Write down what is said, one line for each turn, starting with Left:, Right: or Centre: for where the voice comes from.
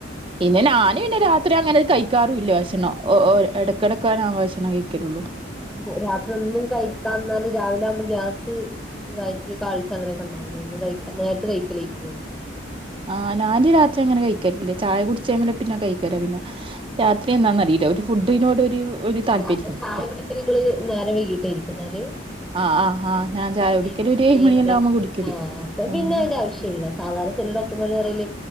Right: പിന്നെ ഞാന് പിന്നെ രാത്രി അങ്ങനെ കഴിക്കാറൂല്ല്യ ഭക്ഷണം. ഓ ഒര് എടക്കെടക്ക ഞാൻ ഭക്ഷണം കഴിക്കലൊള്ളൂ.
Centre: പൊ രാത്രി ഒന്നും കഴിക്കാന്നാല് രാവിലെ ആകുമ്പോ ഗ്യാസ് വയറ്റിൽ കാൾച അങ്ങനെയൊക്കെ ഇണ്ടാവൂലേ ഒന്നും കഴിക്കാ നേരത്തെ കഴിക്കലേക്കും
Right: ആഹ് ഞാൻ രാത്രി അങ്ങനെ കഴിക്കലില്ല ചായ കുടിച്ചേമലെ പിന്നെ കഴിക്കര പിന്നെ. രാത്രി എന്നാന്നറീല ഒരു ഫുഡിനോട് ഒരു ഒരു താല്പര്യംണ്ട്
Centre: രാത്രി ചായ കുടിക്കൽ ഇങ്ങള് നേരം വൈകിട്ടേയിരിക്കും ന്നാല്.
Right: ആഹ് ആഹ് ആഹ് ഞാൻ ചായ കുടിക്കല്
Centre: ഏഴ് മ
Right: ഒരു
Centre: ഏഴ്
Right: മണിയെല്ലാം
Centre: മണിയൊക്കാവും.
Right: ആവുമ്പോ കുടിക്കല്
Centre: അപ്പം
Right: ഉം
Centre: പിന്നെ അയിന്റെ ആവശ്യല്ല. സാധാരണ ചില ഡോക്ടർമാര് പറയല്